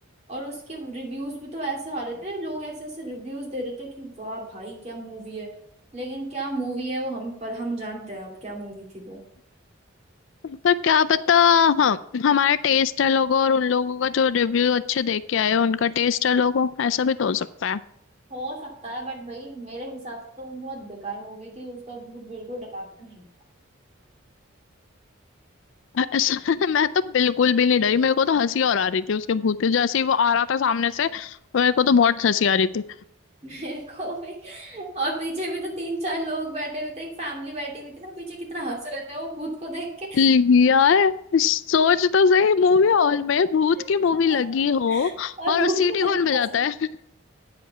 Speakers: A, on the right; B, on the left.
A: और उसके रिव्यूज भी तो ऐसे आ रहे थे लोग ऐसे ऐसे रिव्यूज दे रहे थे कि वाह भाई क्या मूवी है लेकिन क्या मूवी है वो हम पर हम जानते हैं अब क्या मूवी थी वो
B: पर क्या पता हाँ हमारा टेस्ट है लोगों और उन लोगों का जो रिव्यू अच्छे देख के आए हो, उनका टेस्ट है लोगों ऐसा भी तो हो सकता है
A: हो सकता है बट भाई मेरे हिसाब से तो वो बहुत बेकार मूवी थी उसका भूत बिल्कुल डरावना नहीं था
B: ऐसा <laughs> मैं तो बिल्कुल भी नहीं डरी मेरे को तो हंसी और आ रही थी उसके भूत की। जैसे ही वो आ रहा था सामने से मेरे को तो बहुत हंसी आ रही थी
A: <laughs> मेरे को भी और पीछे भी तो तीन चार लोग बैठे हुए थे एक फैमिली बैठी हुई थी ना पीछे कितना हंस रहे थे वो भूत को देख के
B: यार सोच तो सही मूवी हॉल में भूत
A: <laughs>
B: की मूवी लगी हो
A: और
B: और
A: भूत
B: सीटी
A: को देख
B: कौन
A: के
B: बजाता
A: हंस
B: है <laughs>